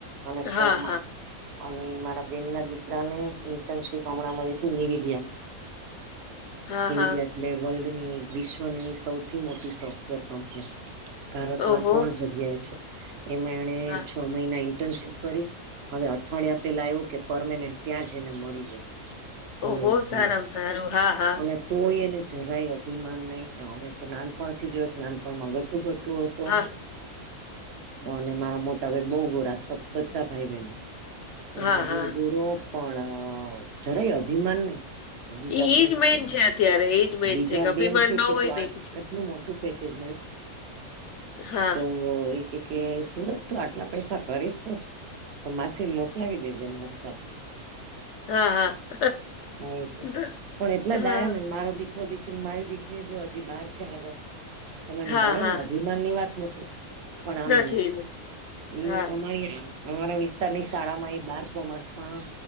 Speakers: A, on the right; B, on the left.
A: અને શર્મા
B: હા હા
A: અને મારા બેન ના દીકરાને ઇન્ટર્નશીપ હમણાં મળી છે. <unintelligible>
B: હા
A: એડ
B: હા
A: એટલે વર્લ્ડની વિશ્વની સૌથી મોટી સોફ્ટવેર કંપની. ભારતમાં
B: ઓહો
A: ત્રણ જગ્યાએ છે, એમાં એણે
B: હા
A: છ મહિના ઇન્ટર્નશીપ કરી. હવે અઠવાડિયા પેલા આવ્યું કે, પરમાનન્ટ ત્યાં જ એને મળી ગઈ.
B: ઓહ,
A: હેલો હા
B: સારામાં સારુ. હા, હા.
A: અને તોય એને જરાય અભિમાન નહીં. અમે તો નાનપણ થી જોયું કે, નાનપણમાં ઘટું ઘટ હુ હતો.
B: હા
A: અને મારા મોટાભાઈ બઉ ગોરા. બધા ભાઈ-બહેનો એના
B: હા
A: જેવું
B: હા
A: ગોરા. પણ જરાય અભિમાન નહીં. બીજા
B: એ
A: બેન
B: એજ મેન
A: કે,
B: છે અત્યારે એજ મેન
A: બીજા
B: છે અભિમાન
A: બેન કે,
B: ન હોય
A: કે તું
B: ને એજ
A: આટલું મોટું ટ પકેજ
B: હા
A: તો <unintelligible> કે, સુરજ, તું આટલા પૈસા કરીશ શું? તો માસીને મોકલાવી દેજે, એમ હસતા તો.
B: હા હા
A: હ કે
B: દ-
A: પણ એટલા ડાય
B: હા
A: ને મારો દીક દીકરી, મારી દીકરી, જો હજી બહાર છે. આગળ તમે
B: હા
A: મળો
B: હા
A: ને, અભિમાન ની વાત નથી. પણ આમ
B: નથી ને.
A: એ
B: હા
A: અમારી અમારા વિસ્તારની શાળામાં એ બાર કોમર્સમાં,